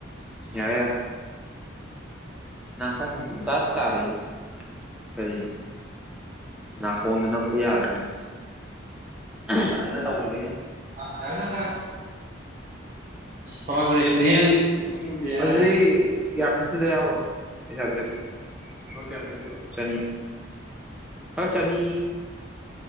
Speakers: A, in the centre; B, on the right.
A: ꯌꯥꯏ ꯌꯥꯏ ꯅꯥꯀꯟꯗ ꯄꯨꯡꯇ- ꯇꯥꯔꯛꯏ ꯀꯔꯤ ꯅꯥꯀꯣꯡꯗ ꯅꯞꯄꯨ ꯌꯥꯗꯤꯅꯤ ꯐꯖꯅ ꯇꯧꯗꯕꯩꯅꯤ
B: ꯑꯁ ꯊꯋꯥꯏ ꯀꯣꯂꯦꯖꯇꯨꯅꯦꯍꯦ
A: UNINTELLIGIBLE
B: ꯅꯪꯁꯨ ꯎꯝ ꯕꯦꯔꯥꯅꯤ
A: ꯏꯌꯥꯔꯐꯤꯁ ꯑꯝꯇ ꯌꯥꯎꯔꯛ ꯑꯣ ꯄꯩꯁꯥ ꯄꯤꯔꯛꯀꯦ ꯂꯨꯄ ꯀꯌꯥ ꯄꯤꯔꯛꯇꯣꯏꯕ ꯆꯥꯅꯤ ꯂꯨꯄ ꯆꯥꯅꯤ